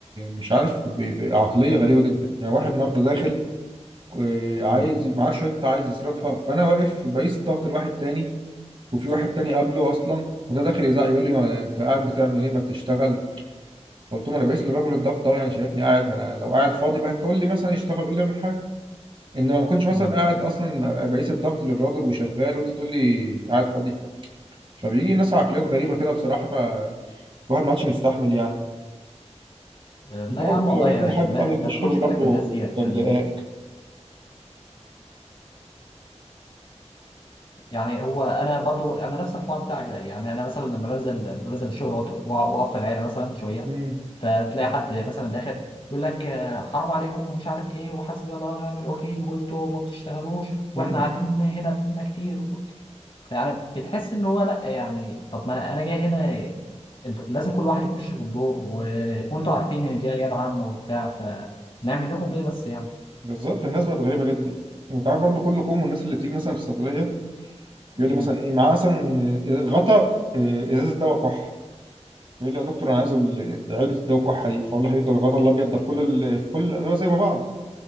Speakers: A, on the right; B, on the left.
A: مش عارف ب... بعقليه غريبه جدا يعني واحد النهارده داخل آه، عايز
B: امم
A: معاه شويه عايز يصرفها فانا واقف بقيس الضغط لواحد تاني وفي واحد تاني قبله اصلا وده داخل يزعق يقول لي ما انت قاعد بتعمل ايه ما تشتغل قلت له ما انا بقيس للراجل الضغط اهو يعني شايفني قاعد ما انا لو قاعد فاضي بقى قول لي مثلا يشتغل قول لي اعمل حاجه انما ما كنتش مثلا
B: امم
A: قاعد اصلا بقيس الضغط للراجل وشغال وانت تقول لي قاعد فاضي فبيجي ناس عقليات غريبه كده بصراحه فالواحد ما عادش مستحمل يعني
B: آه، لا
A: انت برضه
B: يا عم والله
A: هتلاقي
B: يعني
A: حد
B: ما,
A: بتقابلك
B: ما
A: في الشغل
B: تاخدش
A: برضه
B: بالك من الناس ديت
A: ده
B: يعني
A: مضايقاك
B: يعني هو انا برضو انا نفس الحوار بتاعك ده يعني انا مثلا لما بنزل لما بنزل الشغل وأقعد- واقف في العياده مثلا شويه
A: امم
B: فتلاقي حد مثلا داخل يقول لك آه، حرام عليكم ومش عارف ايه وحسبي الله ونعم الوكيل وانتوا ما بتشتغلوش واحنا
A: امم
B: قاعدين هنا بقالنا كتير يعني بتحس ان هو لا يعني طب ما انا جاي هنا انت لازم كل واحد يخش في الدور و... وانتوا عارفين ان دي عيادة عامة وبتاع فنعمل لكم ايه بس يعني
A: بالظبط الناس بقت غريبه جدا وانت عارف برضه كل كوم والناس اللي بتيجي مثلا في الصيدليه يقول
B: امم
A: لي مثلا ايه معاه مثلا آه، غطا آه، ازازه دواء كح يقول لي يا دكتور انا عايز ال- علبه الدواء الكحه دي فاقول له حبيبي ده الغطا الابيض ده في كل ال... في كل الادويه زي ما بعض